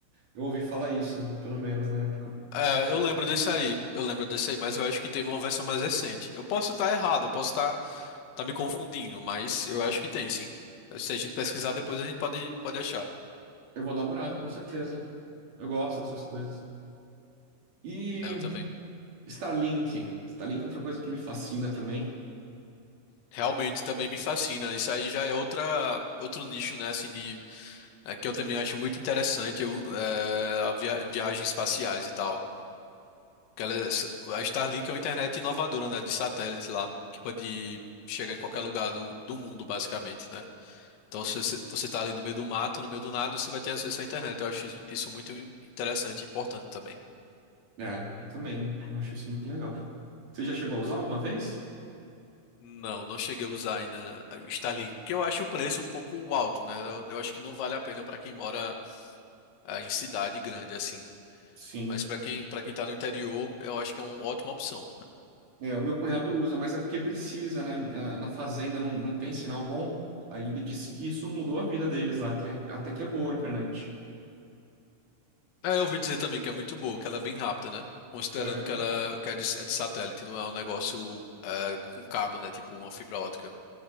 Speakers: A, on the right; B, on the left.
A: Eu ouvi falar isso, pelo menos na época.
B: É, eu lembro desse aí, eu lembro desse aí, mas eu acho que teve uma versão mais recente. Eu posso estar errado, eu posso estar tá me confundindo, mas eu acho que tem sim. Se a gente pesquisar depois, a gente pode, pode achar.
A: Eu vou dar uma olhada, com certeza. Eu gosto dessas coisas. E
B: É, eu também.
A: Starlink. Starlink é outra coisa que me fascina também.
B: Realmente também me fascina. Isso aí já é outra, outro nicho, né, assim, de, é, que eu também acho muito interessante, eu, é, a via- viagens espaciais e tal. Que ela, a Starlink é uma internet inovadora, né, de satélite lá, que pode chegar em qualquer lugar do, do mundo, basicamente, né? Então, se você você tá ali no meio do mato, no meio do nada, você vai ter acesso à internet. Eu acho isso isso muito interessante e importante também.
A: É, eu também. Eu acho isso muito legal. Você já chegou a usar alguma vez?
B: Não, não cheguei a usar ainda o Starlink, porque eu acho o preço um pouco alto, né? Eu eu acho que não vale a pena para quem mora ah, em cidade grande assim.
A: Sim.
B: Mas para quem para quem tá no interior, eu acho que é uma ótima opção.
A: É, o meu cunhado usa, mas é porque precisa, né? Na, na fazenda não, não tem sinal bom. Aí ele disse que isso mudou a vida deles lá, que é- até que é boa a internet.
B: É, eu ouvi dizer também que é muito boa, que ela é bem rápida, né? Considerando
A: É,
B: que ela que é de, é de satélite, não é um negócio ah, com cabo, né? Tipo uma fibra ótica.